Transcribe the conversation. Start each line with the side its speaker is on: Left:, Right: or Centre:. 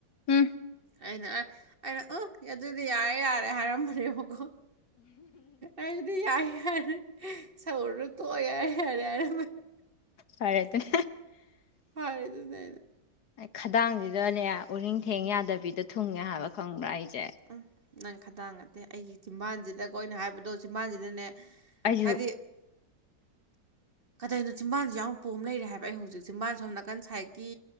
Left: ꯎꯝ
Right: ꯑꯩꯅ ꯑ ꯑꯩꯅ ꯎ ꯑꯗꯨꯗꯤ ꯌꯥꯔꯦ ꯌꯥꯔꯦ ꯍꯥꯏꯔꯝꯕꯅꯦꯕꯀꯣ ꯑꯩꯗꯤ ꯌꯥꯏ ꯌꯥꯅꯤ ꯁꯧꯔꯅ ꯇꯣꯛ ꯌꯥꯏ ꯍꯔꯦ ꯌꯥꯔ
Left: ꯐꯔꯦ ꯑꯗꯨꯅ
Right: ꯐꯔꯦ ꯑꯗꯨꯅ ꯑꯩꯅ
Left: ꯈꯗꯥꯡꯁꯤ ꯑꯗꯅꯦ ꯎꯔꯤꯡꯊꯦꯡ ꯌꯥꯗꯕꯤꯗꯣ ꯊꯨꯡꯉꯦ ꯍꯥꯏꯕ ꯈꯪꯕ꯭ꯔꯥ ꯑꯩꯁꯦ
Right: ꯎꯝ ꯅꯪ ꯈꯗꯥꯡ ꯅꯠꯇꯦ ꯑꯩꯒꯤ ꯆꯤꯝꯕꯥꯜꯁꯤꯗꯀꯣꯏꯅ ꯍꯥꯏꯕꯗꯣ ꯆꯤꯝꯕꯥꯥꯟꯁꯤꯅꯅꯦ
Left: ꯑꯩꯁꯨ
Right: ꯍꯥꯏꯗꯤ ꯀꯗꯏꯩꯅꯣ ꯆꯤꯝꯕꯥꯜꯁꯦ ꯌꯥꯝꯅ ꯄꯣꯝ ꯑꯃ ꯂꯩꯔꯦ ꯍꯥꯏꯕ ꯑꯩ ꯍꯧꯖꯤꯛ ꯆꯤꯝꯕꯥꯜ ꯁꯣꯝ ꯅꯥꯀꯟ ꯁꯥꯏꯠꯀꯤ